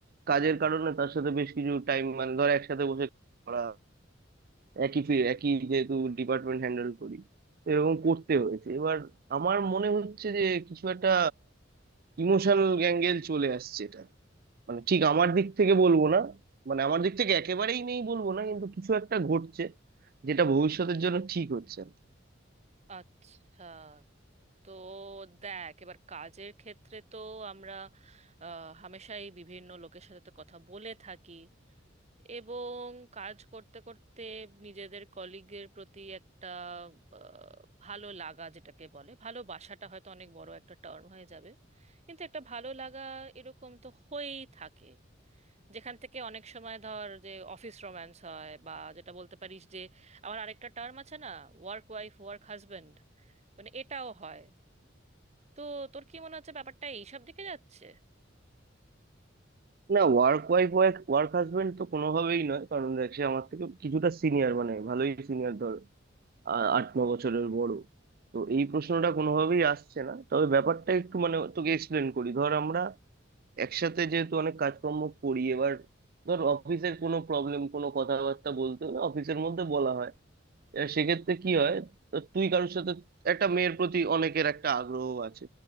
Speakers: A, on the right (about 50°); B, on the right (about 35°).
A: কাজের কারণে তার সাথে বেশ কিছু টাইম মানে ধর একসাথে বসে করা একই ফি- একই যেহেতু ডিপার্টমেন্ট হ্যান্ডেল করি এরকম করতে হয়েছে এবার আমার মনে হচ্ছে যে কিছু একটা ইমোশনাল অ্যাঙ্গেল চলে আসছে এটা মানে ঠিক আমার দিক থেকে বলবো না মানে আমার দিক থেকে একেবারেই নেই বলবো না কিন্তু কিছু একটা ঘটছে যেটা ভবিষ্যতের জন্য ঠিক হচ্ছে না
B: আচ্ছা তো দেখ এবার কাজের ক্ষেত্রে তো আমরা আহ, হামেশাই বিভিন্ন লোকের সাথে তো কথা বলে থাকি এবং কাজ করতে করতে নিজেদের কলিগের প্রতি একটা আহ, ভালো লাগা যেটাকে বলে ভালোবাসাটা হয়তো অনেক বড় একটা টার্ম হয়ে যাবে কিন্তু একটা ভালো লাগা এরকম তো হয়েই থাকে যেখান থেকে অনেক সময় ধর যে অফিস রোম্যান্স হয় বা যেটা বলতে পারিস যে আমার আরেকটা টার্ম আছে না ওয়ার্ক ওয়াইফ ওয়ার্ক হাজবেন্ড মানে এটাও হয় তো তোর কি মনে হচ্ছে ব্যাপারটা এইসব দিকে যাচ্ছে
A: না work wife work work husband তো কোনোভাবেই নয় কারণ দেখ সে আমার থেকে কিছুটা সিনিয়র মানে ভালোই সিনিয়র ধর আ- আট ন বছরের বড় তো এই প্রশ্নটা কোনোভাবেই আসছে না তবে ব্যাপারটা একটু মানে তোকে এক্সপ্লেন করি ধর আমরা একসাথে যেহেতু অনেক কাজকর্ম করি এবার ধর অফিসের কোনো প্রবলেম কোনো কথাবার্তা বলতে হলে অফিসের মধ্যে বলা হয় এবার সেক্ষেত্রে কি হয় তো তুই কারোর সাথে একটা মেয়ের প্রতি অনেকের একটা আগ্রহ আছে